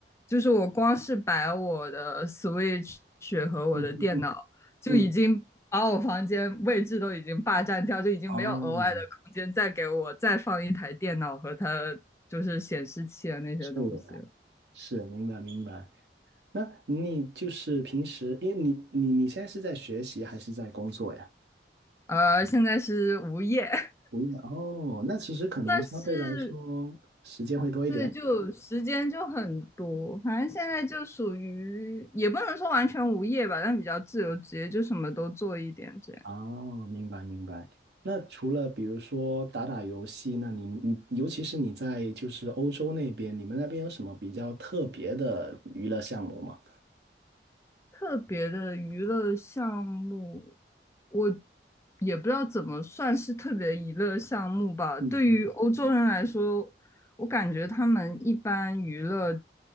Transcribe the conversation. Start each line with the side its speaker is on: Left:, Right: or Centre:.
Left: 就是我光是摆我的 Switch 和我的电脑，
Right: 嗯
Left: 就已经把我房间位置都已经霸占掉，
Right: 嗯，
Left: 就已经没有额外的空间再给我再放一台电脑和它
Right: 哦，
Left: 就是显示器啊那些东西。
Right: 是是，明白明白。那你就是平时，因为你你你现在是在学习还是在工作呀？
Left: 呃，现在是无业，
Right: 不用哦，那其实可能相对来说时间会多一点。
Left: <laughs> 但是对，就时间就很多，反正现在就属于也不能说完全无业吧，但比较自由职业，就什么都做一点这样。
Right: 哦，明白明白。那除了比如说打打游戏，那你你尤其是你在就是欧洲那边，你们那边有什么比较特别的娱乐项目吗？
Left: 特别的娱乐项目，我也不知道怎么算是特别的娱乐项目吧。
Right: 嗯
Left: 对于欧洲人来说，我感觉他们一般娱乐